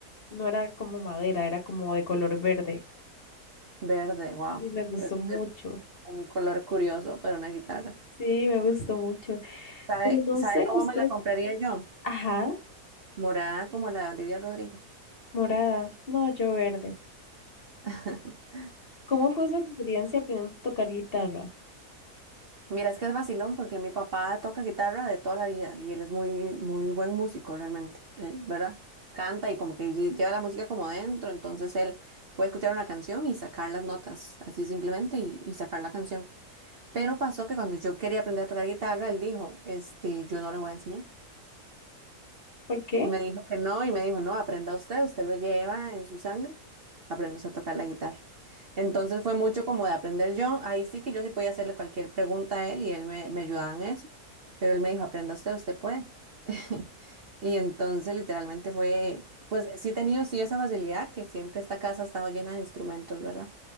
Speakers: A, on the left; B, on the right.
A: no era como madera, era como de color verde
B: Verde, wow.
A: y me gustó
B: Es,
A: mucho.
B: es un color curioso para una guitarra.
A: Sí, me gustó mucho,
B: ¿Sabe,
A: pero no
B: sabe
A: sé,
B: cómo
A: usted,
B: me la compraría yo?
A: ajá,
B: Morada como la de Olivia Rodrigo.
A: morada, no, yo verde.
B: <laughs>
A: ¿Cómo fue su experiencia aprendiendo a tocar guitarra?
B: Mira, es que es vacilón porque mi papá toca guitarra de toda la vida y él es muy, muy buen músico realmente, él, ¿verdad? Canta y como que lle- lleva la música como dentro, entonces él puede escuchar una canción y sacar las notas, así simplemente, y, y sacar la canción. Pero pasó que cuando yo quería aprender a tocar guitarra, él dijo, este, yo no le voy a enseñar.
A: ¿Por qué?
B: Me dijo que no y me dijo, no, aprenda usted, usted lo lleva en su sangre, aprendas a tocar la guitarra. Entonces fue mucho como de aprender yo, ahí sí que yo sí podía hacerle cualquier pregunta a él y él me, me ayudaba en eso, pero él me dijo, aprenda usted, usted puede. <laughs> Y entonces literalmente fue, pues sí he tenido sí esa facilidad que siempre esta casa ha estado llena de instrumentos, ¿verdad?